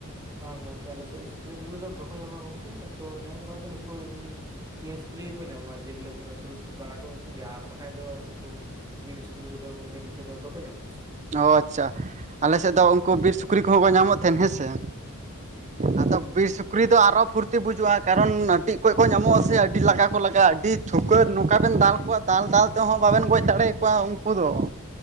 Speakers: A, on the right; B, on the right.
A: ᱵᱟᱝ ᱜᱚᱝᱠᱮ ᱟᱞᱮ ᱥᱮᱫ ᱥᱩᱠᱨᱤ ᱴᱩᱠᱨᱤ ᱫᱚ ᱵᱟᱠᱩ ᱧᱟᱢᱚᱜ-ᱟ ᱜᱚᱝᱠᱮ, ᱛᱚ ᱧᱟᱢᱚᱜ ᱠᱷᱟᱡ ᱠᱚ ᱱᱩᱠᱩ ᱮᱢᱱᱤᱼᱼ ᱤᱭᱟᱹ ᱥᱩᱠᱨᱤ ᱜᱮ ᱠᱚ ᱧᱟᱢᱚᱜ-ᱟ ᱡᱮ ᱵᱚᱞᱮ ᱵᱩᱱ ᱟᱹᱥᱩᱞ ᱟᱹᱥᱩᱞ ᱵᱟᱲᱟ ᱠᱚ ᱩᱱᱠᱩ ᱜᱮ ᱟᱨ ᱵᱟᱠᱷᱟᱡ ᱫᱚ ᱱᱩᱠᱩᱼᱼ ᱵᱤᱨ ᱥᱩᱠᱨᱤ ᱠᱚᱫᱚ ᱜᱚᱝᱠᱮ ᱱᱚᱛᱮ ᱫᱚ ᱵᱟᱠᱚ ᱧᱟᱢᱚᱜ-ᱟ ᱾
B: ᱚ ᱟᱪᱪᱷᱟ, ᱟᱞᱮ ᱥᱮᱫ ᱫᱚ ᱩᱱᱠᱩ ᱵᱤᱨ ᱥᱩᱠᱨᱤ ᱠᱚᱦᱚᱸ ᱠᱚ ᱧᱟᱢᱚᱜ ᱛᱟᱦᱮᱸᱱ ᱦᱮᱸ ᱥᱮ ᱾
A: ᱦᱩᱸ ᱾
B: ᱟᱫᱚ ᱵᱤᱨ ᱥᱩᱠᱨᱤ ᱫᱚ ᱟᱨᱚ ᱯᱷᱩᱨᱛᱤ ᱵᱩᱡᱩᱜ-ᱟ ᱠᱟᱨᱚᱱ ᱟᱹᱰᱤ ᱚᱠᱚᱡ ᱠᱚ ᱧᱟᱢᱚᱜ-ᱟ ᱥᱮ ᱟᱹᱰᱤ ᱞᱟᱜᱟᱼᱼ ᱠᱚ ᱞᱟᱜᱟᱜ-ᱟ, ᱟᱹᱰᱤ ᱴᱷᱩᱠᱟᱹᱨ ᱱᱚᱝᱠᱟ ᱵᱮᱱ ᱫᱟᱞ ᱠᱚᱣᱟ ᱫᱟᱞ ᱫᱟᱞ ᱛᱮᱦᱚᱸ ᱵᱟᱵᱤᱱ ᱜᱚᱡ ᱫᱟᱲᱮᱭᱟ ᱠᱚᱣᱟ ᱩᱱᱠᱩ ᱫᱚ ᱾